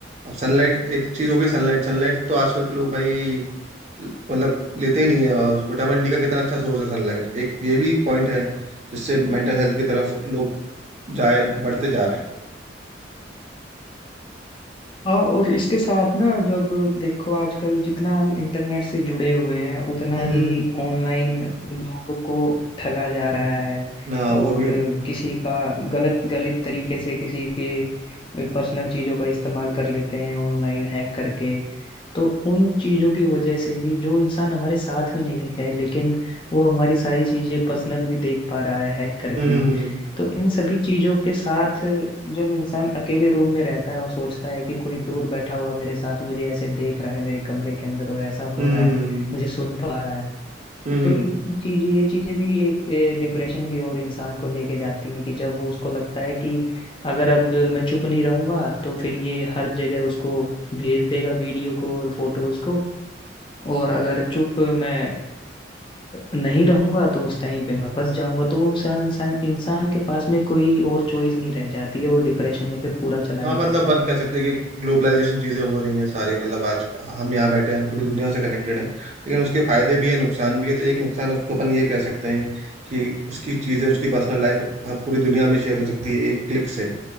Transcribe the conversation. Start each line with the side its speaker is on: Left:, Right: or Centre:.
Right: अब सनलाइट एक चीज हो गई सनलाइट सनलाइट तो आजकल के लोग भाई मतलब लेते ही नहीं है और विटामिन डी का कितना अच्छा सोर्स है सनलाइट एक ये भी पॉइंट है जिससे मेंटल हेल्थ की तरफ लोग जाए बढ़ते जा रहे हैं
Left: हाँ और इसके साथ ना जब देखो आजकल जितना हम इंटरनेट से जुड़े हुए हैं उतना
Right: हम्म
Left: ही ऑनलाइन लोगों को ठगा जा रहा है
Right: ना
Left: और
Right: वो भी है
Left: किसी का गलत गलत तरीके से किसी के पर्सनल चीजों का इस्तेमाल कर लेते हैं ऑनलाइन हैक करके तो उन चीजों की वजह से भी जो इंसान हमारे साथ में नहीं है लेकिन वो हमारी सारी चीजें पर्सनल भी देख पा रहा है हैक करके
Right: हम्म
Left: तो इन सभी चीजों के साथ जब इंसान अकेले रूम में रहता है और सोचता है कि कोई दूर बैठा हुआ मेरे साथ मुझे ऐसे देख रहा है मेरे कमरे के अंदर और ऐसा हो
Right: हम्म
Left: रहा है मुझे सुन पा रहा है
Right: हम्म
Left: तो ये चीज ये चीजें भी एक डिप्रेशन की ओर इंसान को लेके जाती हैं कि जब वो उसको लगता है कि अगर अब मैं चुप नहीं रहूंगा तो फिर ये हर जगह उसको भेज देगा वीडियो को और फोटोज को और अगर चुप मैं नहीं रहूंगा तो उस टाइम पे मैं फंस जाऊंगा तो वो इंसान इंसान इंसान के पास में कोई और चॉइस नहीं रह जाती है वो डिप्रेशन में फिर पूरा चला
Right: हाँ
Left: ही
Right: मतलब
Left: जाता
Right: अपन
Left: है
Right: कह सकते हैं कि ग्लोबलाइजेशन चीजें हो रही हैं सारे मतलब आज हम यहाँ बैठे हैं पूरी दुनिया से कनेक्टेड है लेकिन उसके फायदे भी है नुकसान भी है तो एक नुकसान उसको अपन ये कह सकते हैं कि उसकी चीजें उसकी पर्सनल लाइफ पूरी दुनिया में शेयर हो सकती है एक क्लिक से